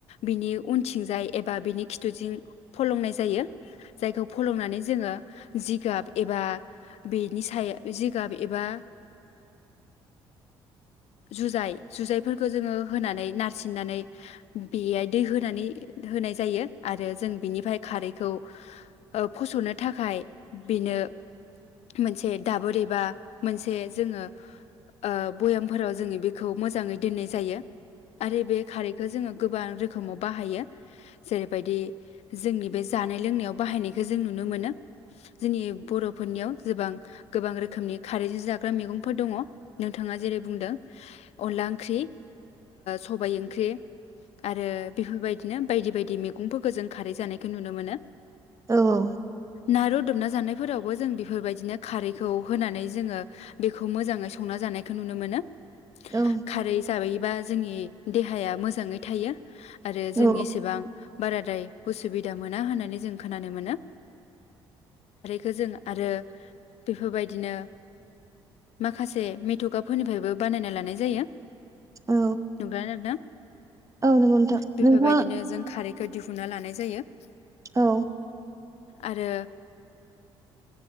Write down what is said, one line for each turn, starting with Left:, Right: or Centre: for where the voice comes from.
Left: बिनि उनथिंजाय एबा बिनि खिथुजोंं फलंनाय जायो जायखौ फलंनानै जोङो। जिगाब एबा बेनि सायाव जिगाब एबा जुजाय जुजायफोरखौ जोङो होनानै नारसिननानै बेयाय दै होनानै होनाय जायो आरो जों बिनिफ्राय खारै ओ फसनो थाखाय बेनो मोनसे दाबोर एबा मोनसे जोङो ओ भयामफोराव जोङो बेखौ मोजाङै दोननाय जायो आरो बे खारैखौ जोङो। गोबां रोखोमाव बाहायो। जेरैबायदि जोंनि बे जानाय लोंनायाव बाहायनायखौ जों नुनो मोनो जोंनि बर'फोरनियाव जबां गोबां रोखोमनि खारैजों जाग्रा मैगंफोर दङ नोंथाङा जेरै बुंदों अनला ओंख्रि सबाय ओंख्रि आरो बेफोरबायदिनो बायदि बायदि मैगंफोरखौ जों खारै जानायखौ नुयो नुनो मोनो
Right: औ औ
Left: ना रुदुमना जानायफोरावबो जों बेफोरबायदिनो खारैखौ होनानै जोङो बेखौ मोजाङै संना जानायखौ नुनो मोनो
Right: औ
Left: खारै जायोबा जोंनि देहाया मोजाङै थायो आरो
Right: औ
Left: जों एसेबां बारा ाय खसुबद मोना होननानै जों खोनानो मोनो गोजोन आरो बेफोरबायदिनो माखासे मेथ'गाफोरनिफ्रायबो बानायना लानाय जायो।
Right: औ
Left: नुब्रानोदों
Right: औ नंगौ नोंथां
Left: बेफोरबायदिनो
Right: नोंथाङा
Left: जों खारैखौ दिहु। फुना लानाय जायो। <inaudible>
Right: औ।‌
Left: आरो